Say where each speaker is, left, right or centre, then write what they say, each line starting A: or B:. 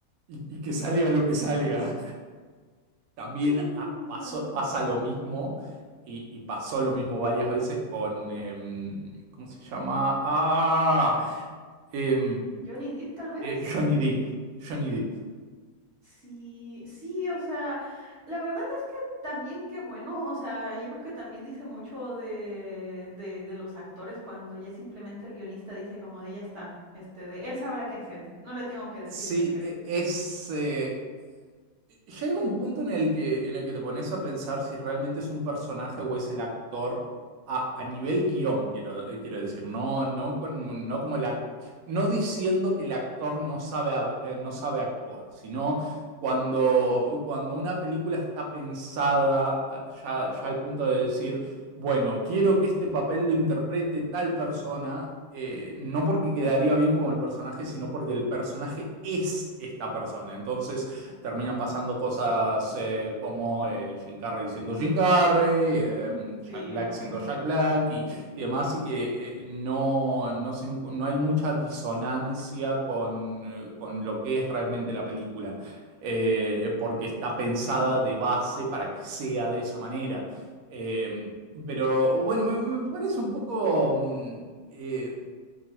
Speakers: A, on the right (about 70°); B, on the right (about 45°).
A: y, y que salga lo que salga. también
B: No,
A: ah,
B: o
A: pasó-
B: sea,
A: pasa lo mismo y, y pasó lo mismo varias veces con, em, ¿cómo se llama? Ah, em,
B: Johnny Depp tal vez.
A: eh, Johnny Depp. Johnny Depp.
B: Sí, sí, o sea, la verdad es que también qué bueno, o sea, yo creo que también dice mucho de, de, de los actores cuando ya simplemente el guionista dice como de ya está, este, de él sabrá qué hacer, no le tengo que decir
A: Sí,
B: qué hacer.
A: e- es... eh, llega un punto en el que, en el que te pones a pensar si realmente es un personaje o es el actor a, a nivel guión, quiero, eh, quiero decir, no, no, con- no como la no diciendo que el actor no sabe, hab- eh, no sabe actuar, sino cuando, cuando una película está pensada eh, ya, ya al punto de decir, bueno, quiero que este papel lo interprete tal persona, eh, no porque quedaría bien como el personaje, sino porque el personaje es esta persona. Entonces terminan pasando cosas eh, como eh, Jim Carrey siendo Jim Carrey,
B: <laughs> Ujú.
A: eh, Jack
B: Sí,
A: Black
B: no.
A: siendo Jack Black y, y demás, y que eh, no, no, se no hay mucha disonancia con, eh, con lo que es realmente la película. eh, porque está pensada de base para que sea de esa manera. Eh, pero bueno, me, me parece un poco, mm, eh,